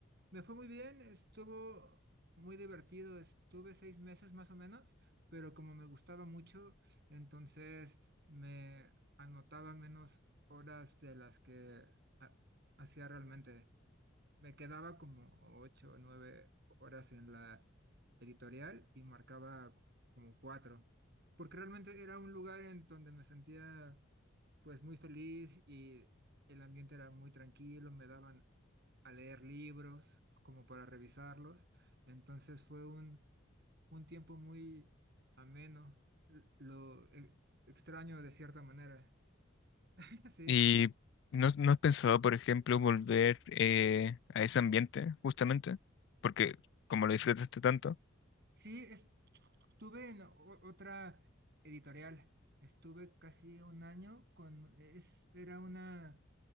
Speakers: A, on the right; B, on the left.
A: Me fue muy bien, estuvo muy divertido, estuve seis meses más o menos, pero como me gustaba mucho, entonces me anotaba menos horas de las que... ha- hacía realmente. Me quedaba como ocho o nueve horas en la editorial y marcaba c- como cuatro, porque realmente era un lugar en donde me sentía pues muy feliz y el ambiente era muy tranquilo, me daban a leer libros como para revisarlos, entonces fue un, un tiempo muy ameno, l- lo e- extraño de cierta manera, <laughs> sí.
B: ¿Y no, no has pensado, por ejemplo, volver eh, a ese ambiente, justamente? Porque como lo disfrutaste tanto.
A: Sí, estuve en o- otra editorial. Estuve casi un año con, es, era una